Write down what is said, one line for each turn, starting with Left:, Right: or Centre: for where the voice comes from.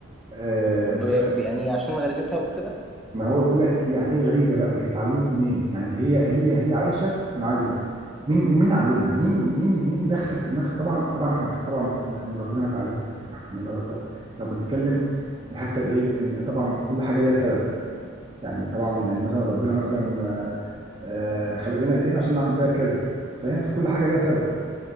Right: آه،
Centre: ب-
Right: فما
Centre: يعني عشان غريزتها وكده
Right: هو بيقول لك يعني ايه غريزه بقى هي اتعلمت منين يعني هي هي هي عايشه منعزله مين مين علمها مين مين مين دخل في دماغها طبعا طبعا احنا عارفين طبعا ان إن ربنا اللي علمهم بس احنا لو لو لو بنتكلم من حتى الايه ان طبعا كل حاجه ليها سبب يعني طبعا يعني مثلا ربنا مثلا آه، خلق لنا ايدينا عشان نعمل بيها كذا فاهم فكل حاجه ليها سبب